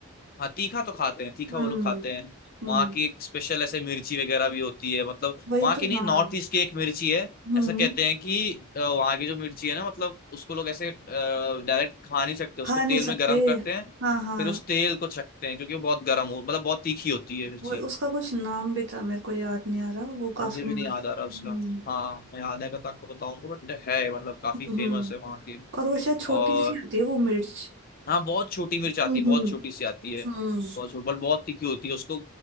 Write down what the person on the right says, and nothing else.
हम्म
हम्म
वही
तो
हाँ
हम्म
खा
नहीं सकते
हाँ हाँ
वो उसका कुछ नाम भी था मेरे को याद नहीं आ रहा वो काफी
मतलब
हम्म
हम्म
और वो शायद छोटी
सी होती है वो मिर्च
हम्म
हम्म